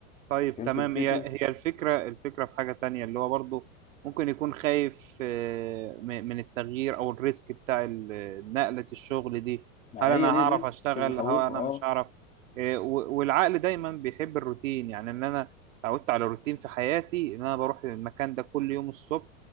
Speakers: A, on the right (about 60°); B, on the left (about 15°).
A: طيب
B: فهمت
A: تمام
B: الفكره
A: هي هي الفكرة الفكرة في حاجة تانية اللي هو برضه ممكن يكون خايف آه، م- من التغيير أو الريسك بتاع ال- نقلة الشغل دي
B: ما
A: هل
B: هي
A: أنا هعرف
B: دي الريسك
A: أشتغل
B: اللي بيخوفه
A: هل أنا
B: اه
A: مش هعرف آه، و- والعقل دايما بيحب الروتين يعني إن أنا اتعودت على روتين في حياتي إن أنا بروح المكان ده كل يوم الصبح